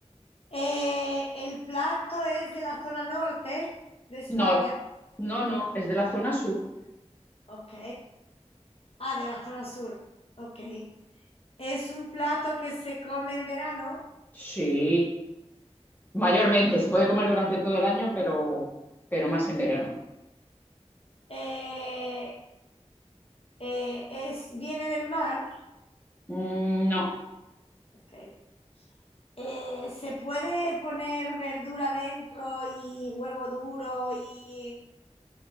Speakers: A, on the left; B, on the left.
A: Eh, el plato es de la zona norte de España.
B: No, no, no, es de la zona sur.
A: Ok. Ah, de la zona sur. Ok. Es un plato que se come en verano.
B: Sí, mayormente, se puede comer durante todo el año, pero, pero más en verano.
A: Eh, eh, es, viene del mar,
B: Mm, No,
A: okay. Eh, se puede poner verdura dentro y huevo duro y...